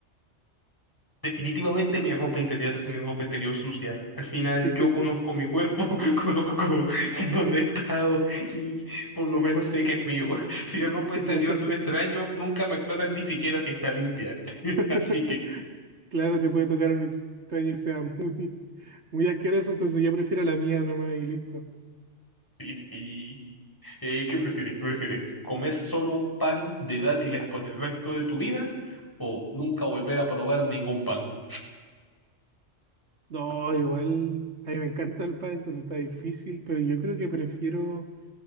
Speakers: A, on the left; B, on the right.
A: Definitivamente mi ropa interior, mi ropa interior sucia. Al final
B: Sí,
A: yo conozco mi cuerpo, <laughs> conozco dónde he estado y por lo menos sé que es mío. <laughs> Si es ropa
B: <laughs>
A: interior
B: claro.
A: de un extraño, nunca me aclaran ni siquiera si está limpia. <laughs>
B: <laughs>
A: Así que
B: Claro, te puede tocar un extraño que sea muy, muy asqueroso, entonces yo prefiero la mía nomás y listo.
A: sí, sí. Eh, ¿qué prefieres? ¿Qué prefieres? ¿Comer solo pan de dátiles por el resto de tu vida o nunca volver a probar ningún pan?
B: No, igual, a mí me encanta el pan, entonces está difícil, pero yo creo que prefiero